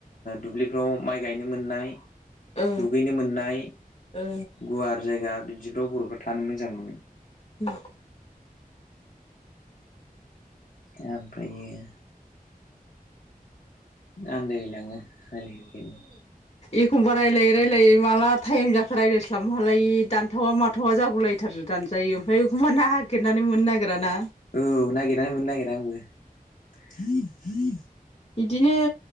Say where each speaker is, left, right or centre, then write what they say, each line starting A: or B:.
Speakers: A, on the left; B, on the left.
A: दुब्लिफ्राव माइ गायनो मोननाय
B: ओ
A: दुगैनो मोननाय,
B: ओ
A: गुवार जायगा बिदिफ्राव बर'फ्रा थानो मोजां मोनो।
B: अम।
A: ओमफ्रायो आन्दायलाय लाङो फारि-फारियै
B: एखनबा रायलायै -रायलायै मला टाइम जाखो राय्लायस्लाबनो हालायै दानथावा माथावा जागौलायथारो दानजायो ओमफ्राय एखमबा ना नागिरनानै मोननो नागिरा ना?
A: औ नागिरनानै मोनो नागिरा आंबो।
B: इदिनो